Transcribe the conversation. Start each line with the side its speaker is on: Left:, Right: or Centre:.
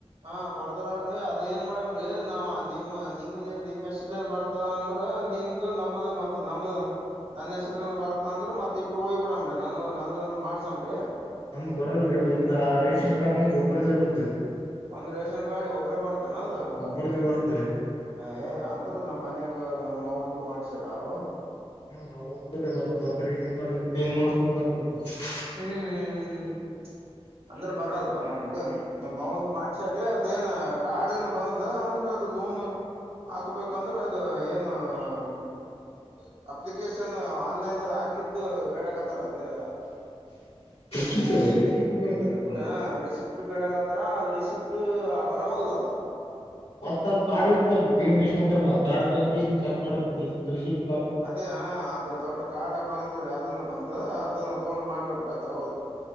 Right: ಹಾ ಕೊಡ್ತಾರಲ್ರರಿ ಅದ ಏನ್ ಮಾಡಮ್ರೀ ನಾವ ನಿಮ್ಮ್ ನಿಮ್ ನಿಮ್ಮ್ ಹೆಸ್ ಏನ್ ಬರ್ತ <unintelligible> ಅಂದ್ರೆ ನಿಂದುದು ನಮ್ದ ಮತ್ತ ನಮ್ದ <unintelligible> ನನ್ ಹೆಸ್ರ ಬರ್ತ ಅಂದ್ರ ಮತ್ ಇಬ್ಬರು ಹಯ್ಬ ಬಿಡಾಮ್ರಿ ನಂದ ನಂದ ಮಾಡಸಮ್ರಿ
Left: ಹಂಗ್ ಬರಲ್ರಿ ಒಂದ್ ಆ ರೇಷನ್ ಕಾರ್ಡ್ ಮೇಾಗ ಒಬ್ಬರ್ದೇ ಬರ್ದರಿ <unintelligible>
Right: ಒಂದ್ ರೇಷನ್ ಕಾರ್ಡಿ ಒಬ್ರ ಬರ್ತಾನದು <unintelligible>
Left: ಒಬ್ಬರದೇ ಬರ್ತರಿ
Right: ಅ ಏ ಅಂದ್ರೂ ನಮ್ಮ್ ಮನ್ಯಾಗ ನಮ್ಮ್ವ ಒಂದು ಮಾಡ್ಸಾರ ಯಾರು <unintelligible>
Left: ಹಾಬದೇ ಬರ್ ಮತ್ತೆ ರೇಷನ್ ಕಾರ್ಡ್ ಪಏನ್ ಮಾಡ್ಬೇಕಕ್ ಆಗ್ತ <unintelligible>
Right: ಹ್ಮ್ ಹ್ಮ್ ಹ್ಮ್ ಅಂದ್ರ ಬರಲ್ ಬ ನಮ್ಗ <unintelligible> ನಮ್ಮವಂದ ಮಾಡ್ಸಾರ್ರೀ ಅದ ಏನ್ ಕಾಡ ನ್ ಬಂದ ಅಂದ್ರ ಅದು ಲೋನ್ <unintelligible> ಹಾಕ್ಬೇಕಂದ್ರೆ ಅದ ಏನು <unintelligible> ಅಪ್ಲಿಕೇಶನ್ ಆನ್ಲೈನ್ದಾಗ ಹಾಕಿದ್ದು ಬೇಡಗತ್ತಾರ ಅದ <unintelligible>
Left: ಚಿಪ್ದೆ ರಿಚಿಟ್ಟ ಬೇಕ ಅದಕ್ಕೊಂದು <unintelligible>
Right: ಹ ರಿಸಿಪ್ಟ್ ಬೇಡಕ್ ಹತ್ತಾರ ಅ ರಿಸಿಪ್ಟ್ ಬರವಲ್ದ ಅದು <unintelligible>
Left: ಮತ್ತ ಅದು ಕಾರ್ಡ್ ಇರ್ತಲ್ರಿ ಪಿ ಎಂ ವಿಶ್ವಕ್ಕರ್ಮ ಅ ಕಾರ್ಡ್ ಒಂದ ದಿವಸ ಚಕ್ ಮಾಡ್ಬೇಕ ಇ ರಿ <unintelligible>
Right: ಅದೇ ಅದ ದೊಡ್ಡ ಕಾಡ ಬಂದ್ರೀ ಅದನ್ನ ಬಂದು ಅದನ್ನ ತೊಂಡು ಮಾಡ್ಬೇಕ್ರೀ ಅದ ಹೌದು <unintelligible>